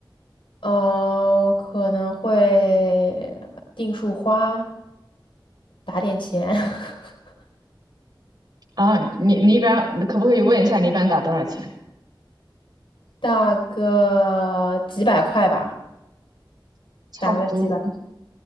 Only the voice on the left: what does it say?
呃，可能会订束花，打点钱，<laughs>
打个几百块吧，
打个几百，